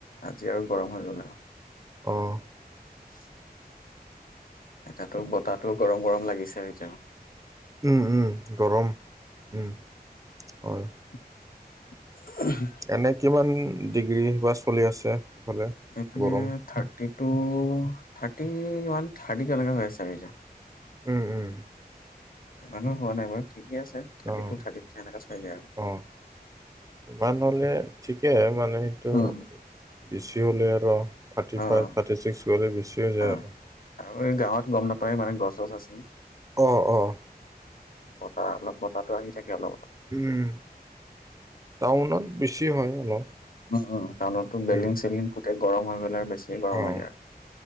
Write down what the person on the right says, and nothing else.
অঁহ।
উম উম গৰম উম হয়।
এনে কিমান ডিগ্ৰী বা চলি আছে? এইফালে
গৰম?
উম উম।
অঁ
অ', ইমান হলে ঠিকে মানে সেইটো
বেছি হলে আৰু থাৰ্টি
ফাইভ থাৰ্টি ছিক্স গ'লে বেছি হৈ যায়
আৰু।
অহ অহ।
উম, টাউনত বেছি হয় অলপ।
উম,
অ',